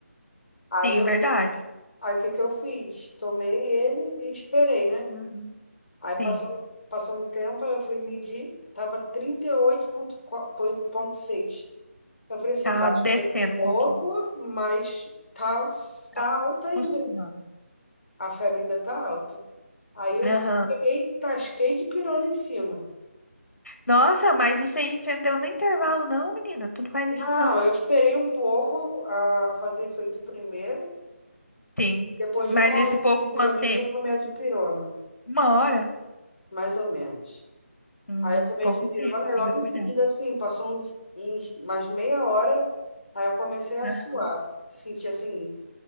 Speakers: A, on the left; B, on the left.
A: Aí
B: sim,
A: eu,
B: verdade.
A: aí o que que eu fiz? Tomei ele e esperei, né?
B: Uhum.
A: Aí passou,
B: Sim.
A: passou um tempo, aí eu fui medir, tava trinta e oito vírgula seis. Eu falei assim,
B: Tava
A: baixou
B: descendo
A: um pouco,
B: um pouquinho.
A: mas tá, tá
B: Tá
A: alta ainda.
B: funcionando.
A: né? A febre ainda tá alta. Aí eu
B: Aham.
A: peguei, tasquei de pirona em cima.
B: Nossa, mas isso aí você não deu nem intervalo, não, menina. Tu não faz
A: Não,
B: isso, não.
A: eu esperei um pouco a fazer efeito primeiro.
B: Sim.
A: Depois
B: Mas
A: de uma
B: esse
A: hora,
B: pouco,
A: assim, mais
B: quanto
A: ou menos,
B: tempo?
A: eu tomei a dipirona.
B: Uma hora?
A: Mais ou menos.
B: Hum,
A: Aí eu tomei
B: pouco
A: a dipirona
B: tempo, amiga,
A: e logo em
B: cuidado.
A: seguida, assim, passou uns, uns mais meia hora, aí eu comecei a
B: Aham.
A: suar. Senti, assim,